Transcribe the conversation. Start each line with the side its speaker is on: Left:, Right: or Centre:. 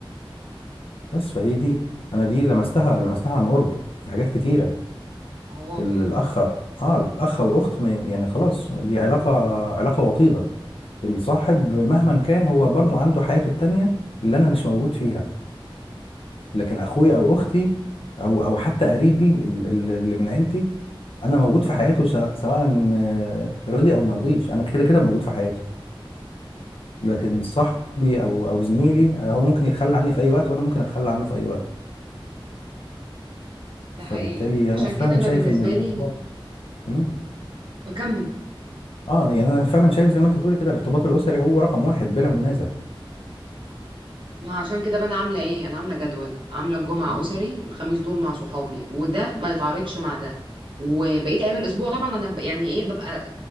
Left: بس فهي دي انا دي لمستها لمستها عن قرب في حاجات كتيره
Right: هو واضح
Left: ال- الاخ اه الاخ والاخت ما- يعني خلاص دي علاقه علاقه وطيده الصاحب مهما كان هو برضو عنده حياته التانية اللي انا مش موجود فيها لكن اخويا او اختي او او حتى قريبي ال- ال- اللي من عيلتي انا موجود في حياته سواء سواء آه، رضي او مرضيش انا كده كده موجود في حياته لكن صاحبي او او زميلي آه، هو ممكن يتخلى عني في اي وقت وانا ممكن اتخلى عنه في اي وقت
Right: ده
Left: فبالتالي
Right: حقيقي عشان
Left: انا فعلا
Right: كده انا
Left: شايف
Right: بالنسبه
Left: ان الارتباط
Right: لي
Left: مم.
Right: اكمل
Left: اه يعني انا فعلا شايف زي ما انت بتقولي كده الارتباط الاسري هو رقم واحد بلا منازع
Right: ما عشان كده بقى انا عامله ايه انا عامله جدول عامله الجمعه
Left: مم.
Right: اسري الخميس دول مع صحابي وده ما يتعارضش مع ده وبقيت ايام الاسبوع طبعا انا ب- يعني ايه ببقى